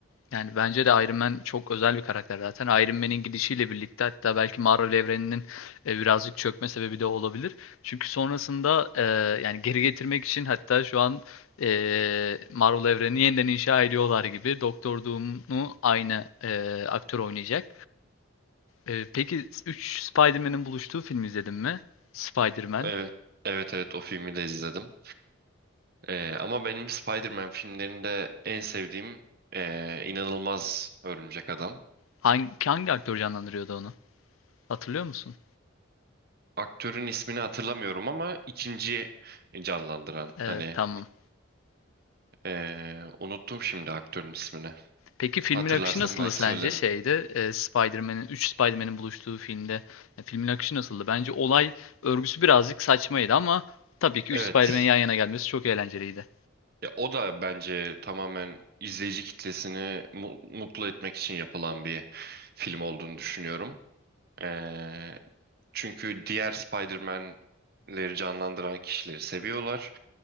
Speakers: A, on the left; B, on the right.
A: Yani bence de Iron Man çok özel bir karakter zaten. Iron Man'in gidişiyle birlikte hatta belki Marvel evreninin e, birazcık çökme sebebi de olabilir. Çünkü sonrasında e, yani geri getirmek için hatta şu an e, Marvel evrenini yeniden inşa ediyorlar gibi. Doktor Doom'u aynı e, aktör oynayacak. E, peki 3 Spider-Man'in buluştuğu filmi izledin mi? Spider-Man.
B: Evet, evet evet o filmi de izledim. Ee, ama benim Spider-Man filmlerinde en sevdiğim ee, inanılmaz Örümcek Adam.
A: Hangi, hangi aktör canlandırıyordu onu? Hatırlıyor musun?
B: Aktörün ismini hatırlamıyorum ama ikinci canlandıran
A: Evet,
B: hani
A: tamam.
B: ee, unuttum şimdi aktörün ismini.
A: Peki filmin
B: Hatırlarsam
A: akışı nasıldı
B: belki
A: sence
B: söylerim.
A: şeyde e, Spider-Man'in 3 Spider-Man'in buluştuğu filmde e, filmin akışı nasıldı? Bence olay örgüsü birazcık saçmaydı ama tabii ki
B: Evet.
A: 3 Spider-Man'in yan yana gelmesi çok eğlenceliydi.
B: Ya, o da bence tamamen izleyici kitlesini mu- mutlu etmek için yapılan bir film olduğunu düşünüyorum. Ee, Çünkü diğer Spider-Man'leri canlandıran kişileri seviyorlar.